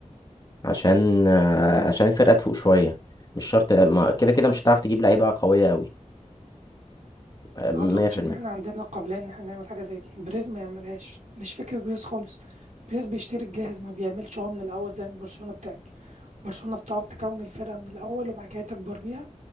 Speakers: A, on the left; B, on the right.
A: عشان آه، عشان الفرقة تفوق شوية مش شرط ما- كده كده مش هتعرف تجيب لعيبة قوية قوي 100%
B: ما اعتقدش ان احنا عندنا القابليه ان احنا نعمل حاجه زي دي بريز ما يعملهاش مش فكره بريز خالص بريز بيشتري الجاهز ما بيعملش هو من الاول زي ما برشلونه بتعمل برشلونة بتقعد تكون الفرقة من الأول وبعد كده تكبر بيها